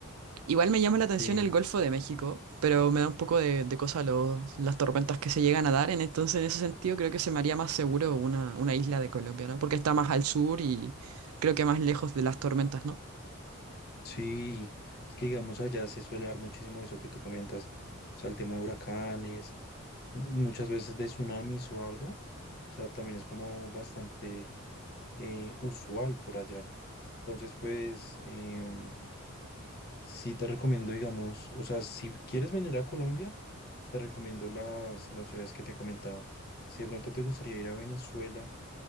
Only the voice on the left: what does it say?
Sí,
sí, es que digamos allá se suele dar muchísimo eso que tú comentas, o sea, el tema de huracanes, muchas veces de tsunamis o algo. O sea, también es como bastante eh, usual por allá. Entonces, pues, em, sí te recomiendo, digamos, o sea, si quieres venir a Colombia, te recomiendo las, las ciudades que te he comentado. Si de pronto te gustaría ir a Venezuela,